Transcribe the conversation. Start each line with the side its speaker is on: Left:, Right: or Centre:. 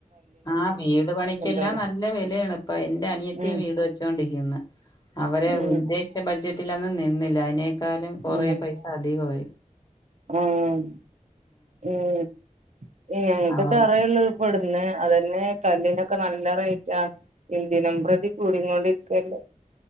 Left: ആഹ് വീട് പണിക്കെല്ലാം
Right: എന്തോരം
Left: നല്ല വെലയാണ് ഇപ്പൊ എന്റെ അനിയത്തിം
Right: ഉം
Left: വീട് വെച്ചോണ്ടിക്കുന്ന് അവര്
Right: ഉം
Left: ഉദ്ദേശിച്ച ബഡ്ജറ്റിലൊന്നും നിന്നില്ല അയിനേക്കാലും കൊറേ
Right: ഉം
Left: പൈസ അധികവായി
Right: ഉം ഉം ഇങ്ങനത്തെ
Left: അവര്
Right: തറയൊള് ഇപ്പ ഇടുന്നെ അതന്നെ കല്ലിനൊക്കെ നല്ല റേറ്റാ എന്തിനം പ്രതി കൂടീങ്ങോണ്ടിക്കല്ലേ